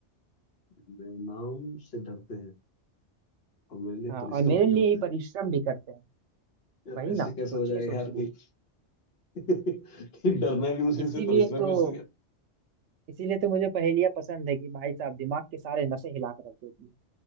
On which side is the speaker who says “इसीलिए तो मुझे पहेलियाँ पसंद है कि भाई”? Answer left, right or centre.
Right